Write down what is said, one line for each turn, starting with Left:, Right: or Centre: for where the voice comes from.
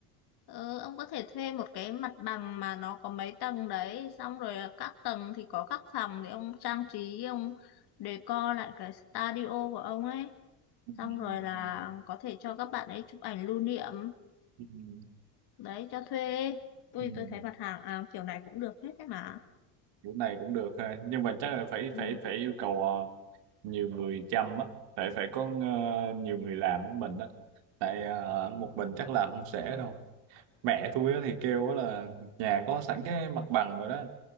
Left: ờ, ông có thể thuê một cái mặt bằng mà nó có mấy tầng đấy xong rồi ờ, các tầng thì có các phòng thì ông trang trí ông decor lại cái studio của ông ấy
Right: ừ,
Left: xong rồi là
Right: ừ,
Left: có thể cho các bạn ấy chụp ảnh lưu niệm
Right: ừ, ừ,
Left: đấy cho thuê tôi
Right: ừ.
Left: tôi
Right: ừ.
Left: thấy mặt hàng à, kiểu này cũng được hết đấy mà
Right: kiểu này cũng được ha nhưng mà chắc là phải
Left: ừ.
Right: phải phải yêu cầu ờ, nhiều người chăm á phải phải có ờ, nhiều người làm với mình á tại ờ, một mình chắc làm không sẽ đâu mẹ tôi á thì kêu á là nhà có sẵn cái mặt bằng rồi đó